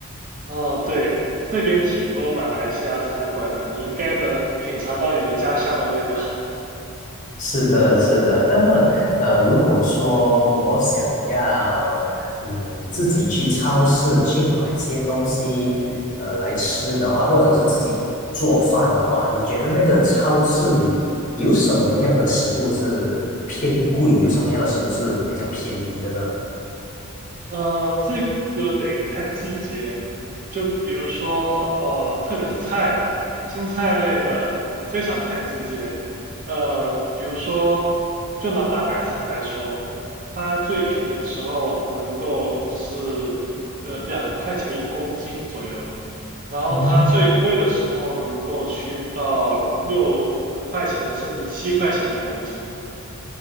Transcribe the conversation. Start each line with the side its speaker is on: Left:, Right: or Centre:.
Right: 哦，对，这边挺多马来西亚餐馆的，你应该能品尝到你的家乡的味道。
Left: 是的，是的。那么，呃，如果说我想要，嗯，自己去超市去买些东西，呃，来吃的话，或者是自己做饭的话，你觉得那个超市里有什么样的食物是偏贵，有什么样的食物是比较便宜的呢？
Right: 呃，这个得看季节，就比如说，呃，特别是菜吧，青菜类的非常看季节。呃，比如说，就拿大白菜来说，它最便宜的时候能够是呃两块钱一公斤左右，然后它最贵的时候能够去到六块钱甚至七块钱一公斤。
Left: 嗯，